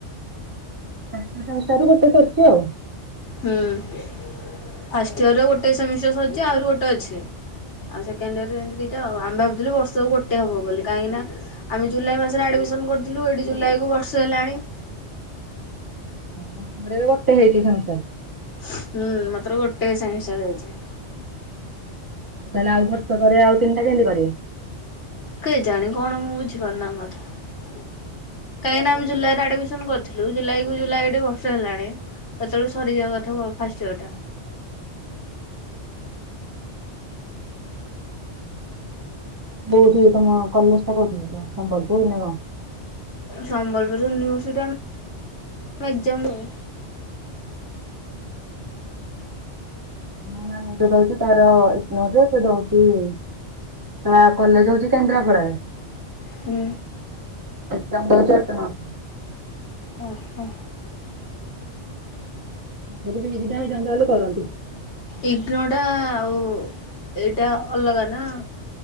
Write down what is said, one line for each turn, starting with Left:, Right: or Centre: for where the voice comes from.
Right: ପାଞ୍ଚ ଟାରୁ ଗୋଟେ ସରିଛି ଆଉ।
Left: ହୁଁ, ଫାଷ୍ଟ୍ ଇୟର ର ଗୋଟେ ସେମିଷ୍ଟାର ସରିଚି। ଆହୁରି ଗୋଟେ ଅଛି। ଆଉ ସେକେଣ୍ଡ ଇୟର ଏମିଦି ଦିଟା ଆଉ। ଆମେ ଭାବୁଥିଲୁ ବର୍ଷକୁ ଗୋଟେ ହବ ବୋଲି, କାହିଁକି ନା ଆମେ ଜୁଲାଇ ମାସରେ ଆଡ୍ ମିସନ୍ କରିଥିଲୁ ଏଇଠି ଜୁଲାଇ କୁ ବର୍ଷେ ହେଲାଣି।
Right: ସମସ୍ତଙ୍କର ବି ଗୋଟେ ହେଇଚି ସେମିଷ୍ଟାର।
Left: ହୁଁ, ମାତ୍ର ଗୋଟେ ସେମିଷ୍ଟାର ହେଇଚି।
Right: ଆଉ, ତାହେଲେ ଆଉ ବର୍ଷ କରେ ଆଉ ତିନିଟା କେମିତି କରିବ?
Left: କେ ଜାଣି କଣ, ମୁଁ ବୁଝିପାରୁନି ତାଙ୍କ କଥା। କାହିଁକିନା ଆମେ ଜୁଲାଇ ରେ ଆଡ୍ ମିସନ୍ କରିଥିଲୁ ଜୁଲାଇ କୁ ଜୁଲାଇ ଏଢ଼ି ବର୍ଷେ ହେଲାଣି। ଏତଅଳୁ ସରିଯିବା କଥା ଫା-ଫାଷ୍ଟ ଇୟର ଟା।
Right: କୋଉଠିକି ତମ କଲେଜ ଟା କଉଠି ହେଇଯିବ, ସମ୍ବଲପୁର ନା କଣ?
Left: ସମ୍ବଲପୁର ୟୁନିଭର୍ସିଟି ଆମେ ଏକ୍ଜାମ ଦଉ।
Right: ମୋ ନାନୀ ତ ଦଉଛି ତାର, ଏ ଇଗ୍ନୌ ରେ ସେ ଦଉଛି-ଇ ତା କଲେଜ ହଉଛି କେନ୍ଦ୍ରାପଡାରେ।
Left: ହୁଁ।
Right: ଏକ୍ଜାମ ଦଉଛି, ଅଟୋନମସ୍ ରେ।
Left: ଅ ହ!
Right: ମୋର ବି <unintelligible> ହେଇଯାଆନ୍ତା ହେଲେ କରନ୍ତି।
Left: ଇଗ୍ନୋ ଟା ଆଉ ଏଇଟା ଅଲଗା ନା!